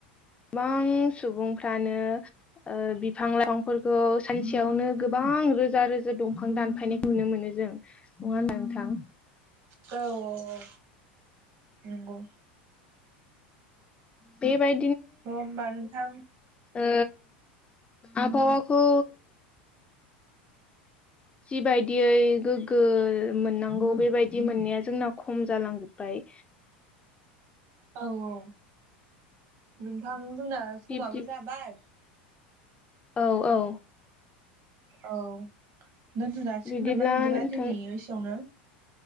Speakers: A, on the left; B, on the right.
A: बां सुबुंफ्रानो ओ बिफां लाइफांफोरखौ सानसेयावनो गोबां रोजा रोजा दंफां दानफा यनायखौ नुनो मोनो जों नङा होनबा नोंथां
B: औ औ औ नंगौ
A: बेबाय
B: अ होमबा नोंथां
A: ओ आबहावाखौ जिबायदियै गोग्गो मोननांगौ बेबायदि मोननाया जोंना खम जालांजोबबाय
B: औ औ नोंथां जोंना समाबो
A: बिब्दि
B: जाबाय
A: औ औ
B: औ दोनथ' जासिगोन
A: बिदिब्ला
B: नामा बिदिबा
A: नोंथां
B: दिनै एसेयावनो